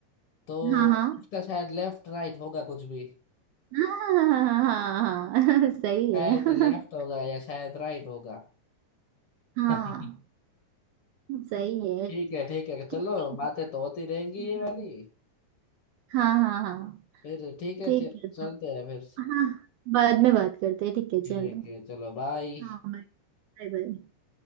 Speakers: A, on the left; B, on the right.
A: तो
B: हाँ हाँ
A: उसका शायद लेफ्ट राइट होगा कुछ भी
B: <laughs> हाँ हाँ हाँ हाँ, <laughs> सही
A: शायद
B: है <laughs>
A: लेफ्ट होगा या शायद राइट होगा
B: हाँ
A: <laughs>
B: सही है
A: ठीक है ठीक है चलो
B: ठीक
A: बातें तो होती रहेंगी
B: है
A: ये वाली
B: हाँ हाँ हाँ
A: फिर ठीक है
B: ठीक
A: चे-
B: है तब
A: चलते हैं फिर
B: हाँ बाद में बात करते हैं ठीक है चलो
A: ठीक है चलो बाय
B: हाँ बाय Bye bye